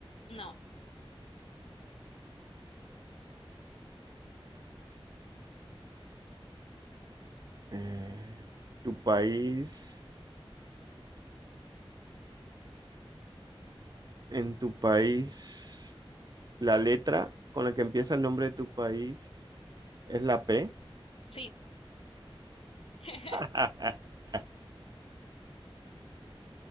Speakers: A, on the left; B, on the right.
A: No.
B: Eh, tu país, en tu país, la letra con la que empieza el nombre de tu país es la P.
A: Sí. <laughs>
B: <laughs>